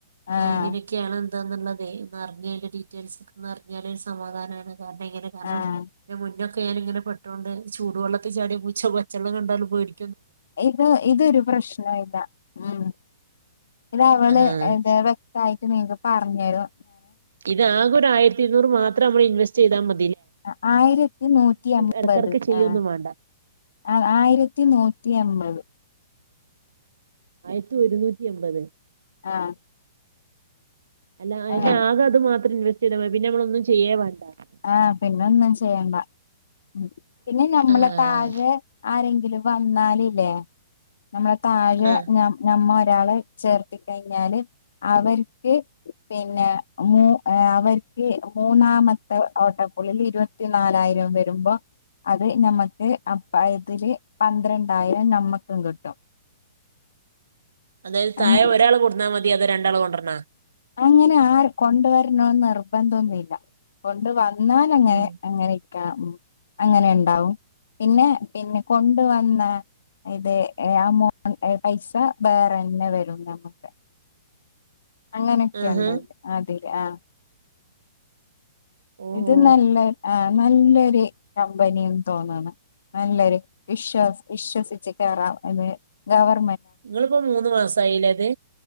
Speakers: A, on the left; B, on the right.
A: ആഹ്
B: എങ്ങനെക്കെയാണ് ഇതാന്നുള്ളതെ ഇന്നറിഞ്ഞേല് ഡീറ്റെയില്സൊക്കെന്ന് അറിഞ്ഞാല് ഒരു സമാധാനാണ് പറ്ഞ്ഞേക്കേനി കാരണം
A: ആഹ്
B: ഇതിന് മുന്നൊ ക്കെ ഞാനിങ്ങനെ പെട്ടോണ്ട് ചൂടുവെള്ളത്തില് ചാടിയപൂച്ച പച്ചെള്ളം കണ്ടാലും ഒരി
A: യിത് ഇതൊരു പ്രശ്നായില്ല ഉം ഇത് അവള്
B: ആഹ്
A: എന്തെ വ്യക്തായിട്ട് നീന്തും പറഞ്ഞേരൊ
B: ഇതാക്കൊരു ആയിരത്തി ഇരുന്നൂറ് മാ ത്രമ്മള് ഇൻവെസ്റ്റെയ്താ മ
A: ആ ആയിരത്തി നൂറ്റി എമ്പത്
B: ഇടക്കിടക്ക് ചെയ്യൊന്നും
A: ആ
B: വേണ്ട
A: ആ ആയിരത്തി നൂറ്റി എമ്പത്
B: ആയി ത്തി ഒരുന്നൂറ്റി എമ്പത്
A: ആഹ്
B: അല്ല അയില്
A: അങ്ങനെ
B: ആക അത് മാത്രേ ഇൻവെസ് <unintelligible> പിന്നെ നമ്മളൊന്നും ചെയ്യേ വാണ്ട
A: ആ പിന്നെന്ന് ചെയ്യണ്ട ഉം പിന്നെ നമ്മളെ
B: ആഹ്
A: താഴെ ആരെങ്കിലും വന്നാലില്ലേ നമ്മളെ താഴെ
B: ആഹ്
A: ഞാ ഞമ്മളെ ഒരാളെ ചേർത്തി കഴിഞ്ഞാല് അവർക്ക് പിന്നെ മൂ അവർക്ക് മൂന്നാമ ഏ ഓട്ടക്കുള്ളിൽ ഇരുപത്തിനാലായിരം വരുമ്പോ അത് നമ്മക്ക് അപ്പയതില് പന്ത്രണ്ടായിരം നമ്മക്കും കിട്ടും
B: അതായത് തായെ
A: അങ്ങനെ
B: ഒരാള് കൊടുന്നാല് മ തിയൊ രണ്ടാള് കൊണ്ടര്ണോ
A: ങ്ങനെ ആര് കൊണ്ടുവരണൊന്ന് നി നിർബന്ധന്നുല്ല കൊണ്ട് വ ന്നാലും അങ്ങനെ
B: ഉം
A: എങ്ങനേ ക്ക ഉം അങ്ങനെണ്ടാവും പിന്നെ പിന്നെ കൊണ്ടുവന്ന ഇത് അമൗണ്ട് പൈസ വേറെന്നെ വരും നമുക്ക് അങ്ങനെയൊക്കെയാണ്
B: ആഹാ
A: ഇണ്ടായത് അതെ ആഹ്
B: ഓഹോ
A: ഇത് നല്ല ആഹ് നല്ലൊരു കമ്പനിന്ന് തോന്നണ് നല്ലൊരു വിശ്വ വിശ്വസിച്ചു കയറാം എന്ന് ഗവർ
B: നിങ്ങള്പ്പോ മൂന്ന് മാസായില്ലേത്